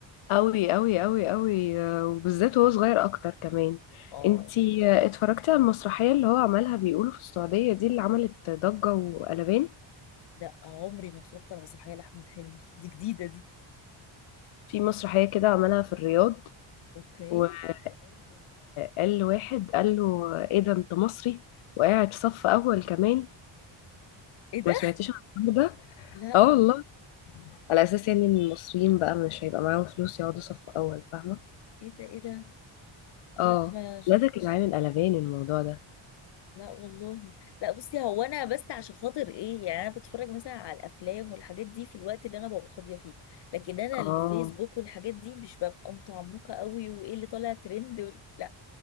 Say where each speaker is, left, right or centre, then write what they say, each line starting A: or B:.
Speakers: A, on the left; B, on the left.
A: قوي قوي قوي قوي وبالذات وهو صغير اكتر كمان
B: اه
A: انتي آه، اتفرجتي على المسرحيه اللي هو عملها بيقولوا في السعوديه دي اللي عملت ضجه وقلبان
B: لا عمري ما اتفرجت على مسرحية لأحمد حلمي دي جديدة دي
A: في مسرحية كده عملها في الرياض
B: اوكي
A: وقال قال لواحد قال له ايه ده انت مصري وقاعد صف اول كمان
B: ايه ده
A: ما سمعتيش عن الحوار ده
B: لا
A: اه والله على اساس
B: لا
A: يعني ان المصريين بقى مش هيبقى معاهم فلوس يقعدوا صف اول فاهمة
B: ايه ده ايه ده لا
A: اه
B: ما شفتش
A: لا ده كان عامل قلبان الموضوع ده
B: لا والله لا بصي هو انا بس عشان خاطر ايه يعني انا بتفرج مثلا على الافلام والحاجات دي في الوقت اللي انا ببقى فاضيه فيه لكن انا
A: اه
B: الفيسبوك والحاجات دي مش ببقى متعمقه قوي وايه اللي طالع ترند وال... لا